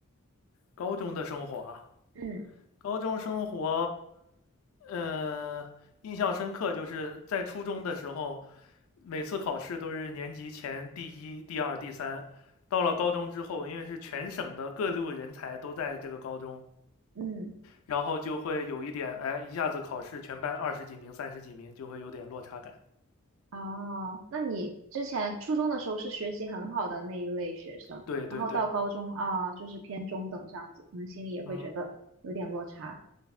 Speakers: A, on the left; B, on the right.
A: 高中的生活啊。
B: 嗯
A: 高中生活，呃，印象深刻，就是在初中的时候，每次考试都是年级前第一、第二、第三。到了高中之后，因为是全省的各路人才都在这个高中，
B: 嗯。
A: 然后就会有一点，哎，一下子考试全班二十几名、三十几名，就会有点落差感。
B: 哦，那你之前初中的时候是学习很好的那一类学生，
A: 对对对，
B: 然后到高中啊，就是偏中等这样子，可能心里也会觉得有点落差。
A: 嗯，